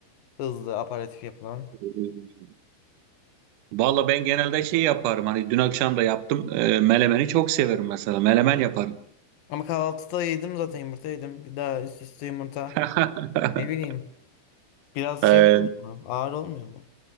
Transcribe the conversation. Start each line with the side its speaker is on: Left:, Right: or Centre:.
Left: hızlı aperatif yapılan?
Right: E, valla ben genelde şey yaparım. Hani dün akşam da yaptım. E, melemeni çok severim mesela. Melemen yaparım.
Left: Ama kahvaltıda yedim zaten yumurta yedim. Bir daha üst üste yumurta.
Right: <laughs>
Left: Ne bileyim. Biraz
Right: E,
Left: şey olmuyor mu? Ağır olmuyor mu?